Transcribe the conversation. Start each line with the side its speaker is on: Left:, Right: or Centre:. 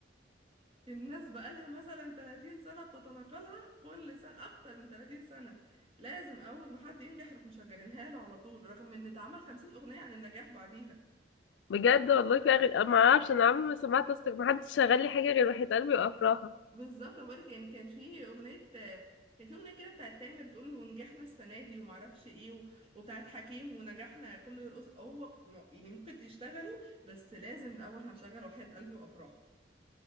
Right: الناس بقالها مثلا 30 سنة بتتناقلها كل سنة اكتر من 30 سنة لازم اول ما حد ينجح يروح مشغلينها له على طول رغم ان اتعمل 50 اغنية عن النجاح بعديها
Left: بجد والله في أغاني أنا ما اعرفش انا عمري ما سمعت اصلا ما حدش شغال لي حاجه غير وحيد قلبي وافراح
Right: بالظبط بقولك يعني كان في اغنيه كان في اغنيه كده بتاعت تامر بتقول ونجحنا السنه دي وما اعرفش ايه و... وبتاعت حكيم ونجحنا كله يرقص هو م- يعني ممكن تشتغلوا بس لازم الاول هنشغل وحياة قلبي وافراحه